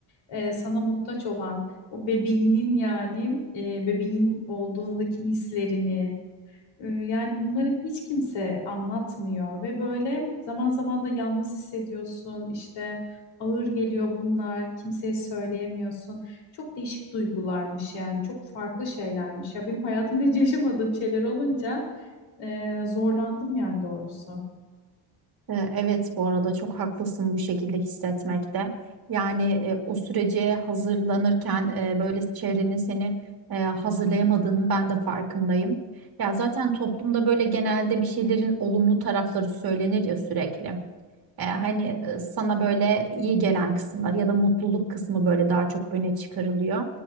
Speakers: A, on the left (about 80°); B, on the right (about 50°).
A: e, sana muhtaç olan o bebeğinin yani e, bebeğin olduğundaki hislerini e, yani bunları hiç kimse anlatmıyor ve böyle zaman zaman da yalnız hissediyorsun işte ağır geliyor bunlar kimseye söyleyemiyorsun. Çok değişik duygularmış yani çok farklı şeylermiş ya benim hayatımda hiç yaşamadığım şeyler olunca e, zorlandım yani doğrusu.
B: Ee, Evet, bu arada çok haklısın bu şekilde hissetmekte. Yani e, o sürece hazırlanırken e, böyle çevrenin seni e, hazırlayamadığının ben de farkındayım. Ya zaten toplumda böyle genelde bir şeylerin olumlu tarafları söylenir ya sürekli. E, hani e, sana böyle iyi gelen kısımlar ya da mutluluk kısmı böyle daha çok öne çıkarılıyor.